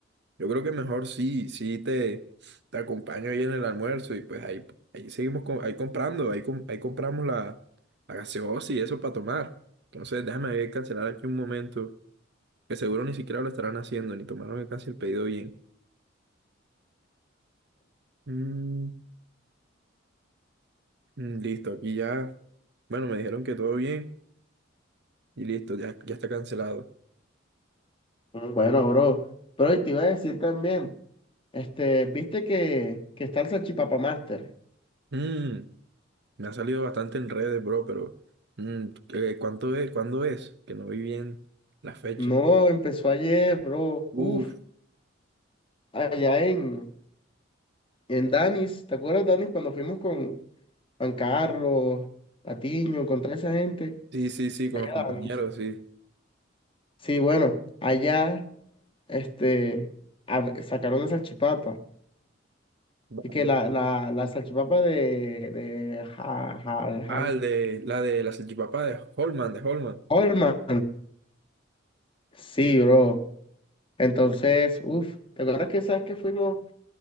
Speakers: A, on the right; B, on the left.
A: yo creo que mejor sí, sí te, te acompaño ahí en el almuerzo y pues ahí, ahí seguimos, co- ahí comprando, ahí, com- ahí compramos la, la gaseosa y eso para tomar. Entonces déjame ver, cancelar aquí un momento, que seguro ni siquiera lo estarán haciendo, ni tomaron casi el pedido bien. Mm, mm, listo, aquí ya, bueno, me dijeron que todo bien y listo, ya, ya está cancelado.
B: Mm, Bueno, bro. Pero te iba a decir también, este, viste que, que está el salchipapa Master.
A: Mm, me ha salido bastante en redes, bro, pero mm, eh, ¿cuánto es? ¿Cuándo es? Que no vi bien la fecha.
B: No, empezó ayer, bro.
A: Uf,
B: Uf, allá en, en Danis. ¿Te acuerdas, Danis, cuando fuimos con Juan Carlos, Patiño, con toda esa gente?
A: sí, sí, sí, con
B: Allá,
A: los compañeros,
B: Danis.
A: sí.
B: Sí, bueno, allá este, a- sacaron la salchipapa.
A: Vale.
B: Y que la, la, la salchipapa de, de ja, ja, ja-
A: Ah, el de, la de la salchipapa de Holman, de Holman.
B: Holman. Sí, bro. Entonces, uff, ¿te acuerdas que sabes que fuimos?